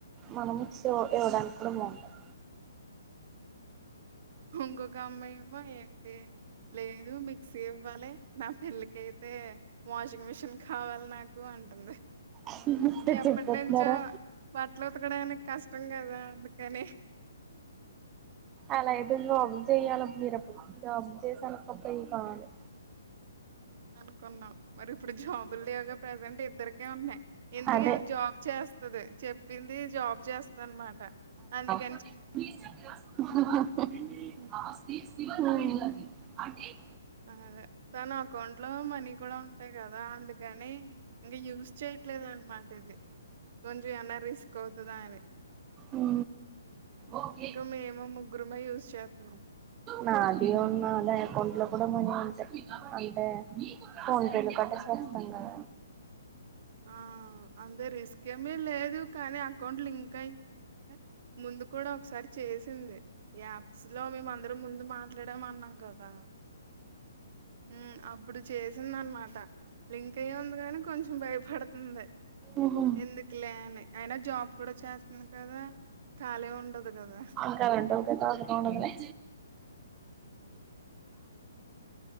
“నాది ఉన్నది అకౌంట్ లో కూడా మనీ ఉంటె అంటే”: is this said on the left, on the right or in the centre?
Right